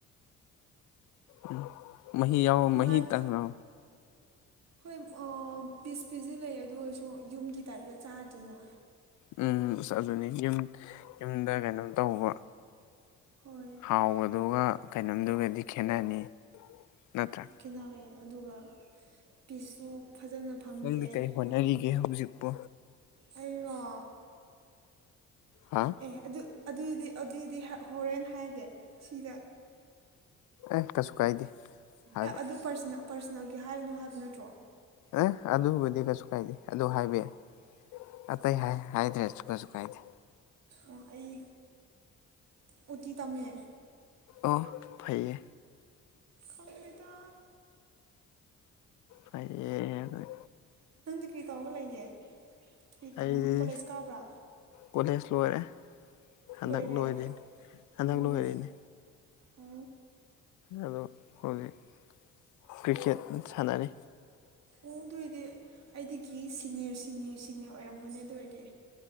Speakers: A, on the left; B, on the right.
A: ꯎꯝ ꯃꯍꯤ ꯌꯥꯎ
B: ꯅꯨꯡꯉꯥꯏ
A: ꯃꯍꯤ ꯇꯪꯔꯣ
B: ꯍꯣꯏ ꯑꯣ ꯄꯤꯁ ꯄꯤꯖꯤ ꯂꯩꯌꯦ ꯑꯗꯨ ꯑꯣꯏꯔꯁꯨ ꯌꯨꯝꯒꯤ ꯇꯥꯏꯞꯇ ꯆꯥꯗ꯭ꯔꯦꯅ
A: ꯎꯝ ꯑꯁ ꯑꯗꯨꯅꯤ ꯌꯨꯝ ꯌꯨꯝꯗ ꯀꯩꯅꯣꯝ ꯇꯧꯕ
B: ꯍꯣꯏ
A: ꯍꯥꯎꯕꯗꯨꯒ ꯀꯩꯅꯣꯝꯗꯨꯒꯗꯤ ꯈꯦꯠꯅꯅꯤ ꯅꯠꯇ꯭ꯔꯥ
B: ꯈꯦꯠꯅꯕꯦ ꯑꯗꯨꯒ ꯄꯤꯁꯁꯨ ꯐꯖꯅꯥ ꯐꯪꯗꯦ
A: ꯅꯪꯗꯤ ꯀꯩ ꯍꯣꯠꯅꯔꯤꯒꯦ
B: ꯑꯗꯨꯒꯤ
A: ꯍꯧꯖꯤꯛꯄꯣ
B: ꯑꯩꯔꯣ
A: ꯍꯥ
B: ꯑꯦ ꯑꯗꯨ ꯑꯗꯨꯗꯤ ꯑꯗꯨꯗꯤ ꯍ ꯍꯣꯔꯦꯟ ꯍꯥꯏꯒꯦ ꯁꯤꯗ
A: ꯑꯦ ꯀꯩꯁꯨ ꯀꯥꯏꯗꯦ ꯍꯥꯏꯕ
B: ꯑꯦ ꯑꯗꯨ ꯄꯔꯁꯅꯦꯜ ꯄꯔꯁꯅꯦꯜꯒꯤ ꯍꯥꯏꯒꯅꯣ ꯍꯥꯏꯕ ꯅꯠꯇ꯭ꯔꯣ
A: ꯑꯦ ꯑꯗꯨꯕꯨꯗꯤ ꯀꯩꯁꯨ ꯀꯥꯏꯗꯦ ꯑꯗꯨ ꯍꯥꯏꯕ ꯌꯥꯏ ꯑꯇꯩ ꯍꯥꯏ ꯍꯥꯏꯗ꯭ꯔꯥꯁꯨ ꯀꯩꯁꯨ ꯀꯥꯏꯗꯦ
B: ꯑꯣ ꯑꯩ ꯑꫭꯇꯤ ꯇꯝꯃꯦ
A: ꯑꯣ ꯐꯩꯌꯦ
B: ꯈꯪꯗꯦꯗ
A: ꯐꯩꯌꯦ ꯅꯪ
B: ꯅꯪꯗꯤ ꯀꯔꯤ ꯇꯧꯔꯒ ꯂꯩꯒꯦ ꯀꯔꯤ ꯇꯝꯃ
A: ꯑꯩꯗꯤ
B: ꯀꯣꯂꯦꯖ ꯀꯥꯕ꯭ꯔꯥ
A: ꯀꯣꯂꯦꯖ ꯂꯣꯏꯔꯦ ꯍꯟꯗꯛ
B: ꯂꯣꯏꯔꯦ
A: ꯂꯣꯏꯔꯤꯅꯤ ꯍꯟꯗꯛ
B: ꯑꯣ
A: ꯂꯣꯏꯔꯤꯅꯤ
B: ꯑꯣ ꯑꯣ
A: ꯑꯗꯣ ꯍꯧꯖꯤꯛ ꯀ꯭ꯔꯤꯀꯦꯠ ꯁꯥꯟꯅꯔꯤ
B: ꯑꯣ ꯑꯗꯨ ꯑꯣꯏꯗꯤ ꯑꯩꯗꯒꯤ ꯁꯤꯅꯤꯌꯔ ꯁꯤꯅꯤꯌꯔ ꯁꯤꯅꯤꯌꯔ ꯑꯣꯏꯔꯝꯒꯅꯤ ꯑꯗꯨ ꯑꯣꯏꯗꯤ